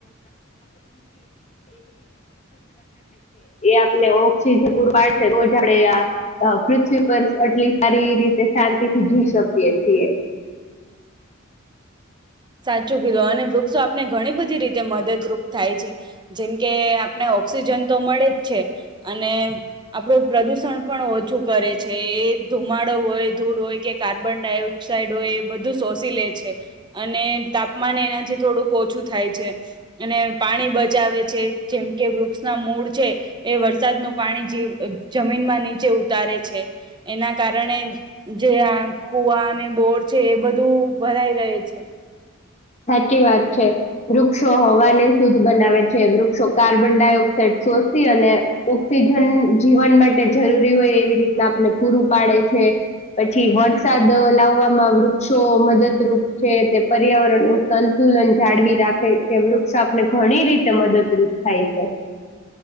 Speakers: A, on the left; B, on the right.
A: આપને ઓક્સિજન પૂરડશે તો જ આપડે આ પૃથ્વી પરર આટલી સારી એ રીતે શાંતિ થી જોઈ શકીએ છીએ
B: સાચું કિલો અને વૃક્ષો આપને ઘણી બધી તે મદદરૂપ થાય છે જેમકે આપને ઓક્સિજન તો મળે જ છે. અને આપણો પ્રદુષણ પણ ઓછું કરે છે એ ધુમાડો હોય ધૂળ હોય કે કાર્બન ડાયોક્સાઇડ હોય એ બધું શોષી લે છે. અને તાપમાન એનાથી થોડુંક ઓછું થાય છે અને પાણી બચાવે છે જેમ કે વૃક્ષના મૂળ છે એ વરસાદનું પાણી જ જમીનમાં નીચે ઉતારે છે. એના કારણે જે કુવા અને બોર છે એ બધું ભરાઈ રહે છે.
A: સાચી વાત છે વૃક્ષો હવાને શુદ્ધ બનાવે છે વૃક્ષો કાર્બન ડાયોક્સાઇડ શોષી અને ઓક્સિજન જીવન માટે જરૂરી હોય એવી રીતના આપને પૂરું પાડે છે. પછી વરસાદ લાવવામાં વૃક્ષો મદદરૂપ છે તે પર્યાવરણ સંતુલન જાળવી રાખે છે વૃક્ષ આપને ઘણી રીતે મદદરૂપ થાય છે. <inaudible>